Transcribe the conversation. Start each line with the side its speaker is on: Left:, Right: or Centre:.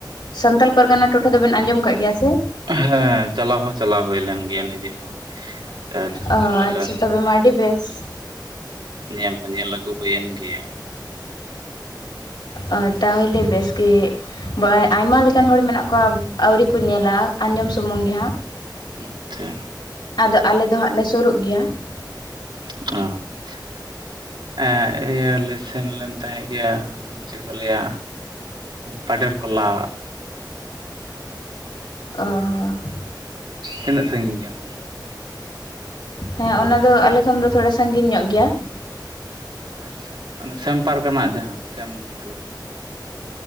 Left: ᱥᱟᱱᱛᱟᱞ ᱯᱟᱨᱜᱟᱱᱟ ᱴᱚᱴᱷᱟ ᱫᱚᱵᱮᱱ ᱟᱸᱡᱚᱢ ᱠᱟᱜ ᱜᱮᱭᱟ ᱥᱮ
Right: ᱦᱮᱸ ᱪᱟᱞᱟᱣ ᱦᱚᱸ ᱪᱟᱞᱟᱣ ᱦᱳᱭ ᱞᱮᱱ ᱜᱮᱭᱟ ᱱᱤᱡᱮ ᱦᱚᱸ ᱟᱪᱷᱟ
Left: ᱚ
Right: ᱠᱚᱞ ᱞᱮᱫᱟ
Left: ᱟᱪᱪᱷᱟ ᱛᱚᱵᱮ ᱢᱟ ᱟᱹᱰᱤ ᱵᱮᱥ
Right: ᱧᱮᱞ ᱦᱚᱸ ᱧᱮᱞ ᱟᱹᱜᱩ ᱦᱩᱭᱮᱱ ᱜᱮᱭᱟ᱾
Left: ᱟ ᱛᱟᱦᱚᱞᱮ ᱵᱮᱥ ᱜᱮ ᱵᱟᱸ ᱟᱭᱢᱟ ᱞᱮᱠᱟᱱ ᱦᱚᱲ ᱢᱮᱱᱟᱜ ᱠᱚᱣᱟ ᱟᱹᱣᱨᱤ ᱠᱚ ᱧᱮᱞᱟ᱾ ᱟᱸᱡᱚᱢ ᱥᱩᱢᱩᱝ ᱜᱮ ᱦᱟᱸᱜ
Right: ᱟᱪᱪᱷᱟ
Left: ᱟᱫᱚ ᱟᱞᱮ ᱫᱚ ᱦᱟᱸᱜ ᱞᱮ ᱥᱳᱨᱳᱜ ᱜᱮᱭᱟ ᱾
Right: ᱚ ᱟᱪᱷᱟ, ᱮᱸ ᱤᱭᱟᱹ ᱞᱮ ᱥᱮᱱᱞᱮᱱ ᱛᱟᱦᱮᱸ ᱜᱮᱭᱟ ᱪᱮᱫ ᱠᱚ ᱞᱟᱹᱭᱟ ᱯᱟᱰᱮᱨ ᱠᱚᱞᱟ ᱾
Left: ᱚ ᱦᱚ ᱾
Right: ᱛᱤᱱᱟᱹᱜ ᱥᱟᱺᱜᱤᱧ ᱜᱮᱭᱟ ᱚᱱᱟ ᱫᱚ?
Left: ᱦᱮᱸ ᱚᱱᱟ ᱫᱚ ᱟᱞᱮ ᱠᱷᱚᱱ ᱫᱚ ᱛᱷᱚᱲᱟ ᱥᱟᱺᱜᱤᱧ ᱧᱚᱜ ᱜᱮᱭᱟ ᱾
Right: ᱟᱪᱪᱷᱟ ᱚᱱᱟ ᱥᱮᱢ ᱯᱟᱨ ᱜᱟᱱᱟᱜ ᱡᱟᱦᱟᱸ ᱥᱮᱢ ᱴᱩᱰᱩ ᱾